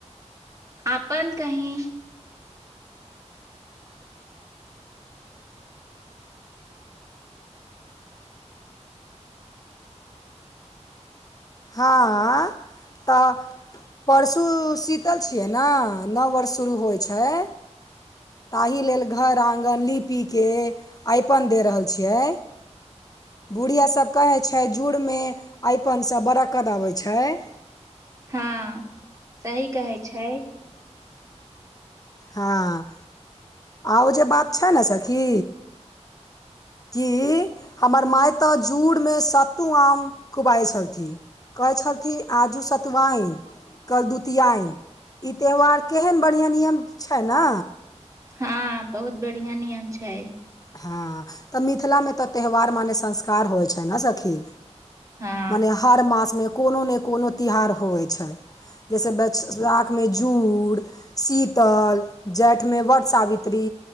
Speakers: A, on the right (about 25°); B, on the left (about 30°).
A: अपन कहि।
B: हँ तऽ परसू शीतल छियै ने नओ वर्ष शुरू होइ छैय। ताहि लेल घर आँगन लिपिके आइपन देऽ रहल छियै। बुढ़िया सभ कहै छैय जुड़मे अरिपनसँ बरकत अबैत छैय।
A: हँ सही कहै छैय।
B: हँ आ ओ जे बात छैय ने सखी की हमर माय तऽ जुड़मे सत्तू आम खुआइत छलथिन। कहै छलथि आजू सतुआइन कल दुतियाइ ई त्यौहार केहन बढ़ियाँ नियम छै ने
A: हँ बहुत बढ़ियाँ नियम छै
B: हँ तऽ मिथिलामे तऽ त्यौहार मानेे संस्कार होवै छै ने सखी
A: हँ
B: मने हर मास मे कोनो ने कोनो तिहार होइ छै जैसे बे <unintelligible> साख मे जुड़ शीतल जैठमे वट सावित्री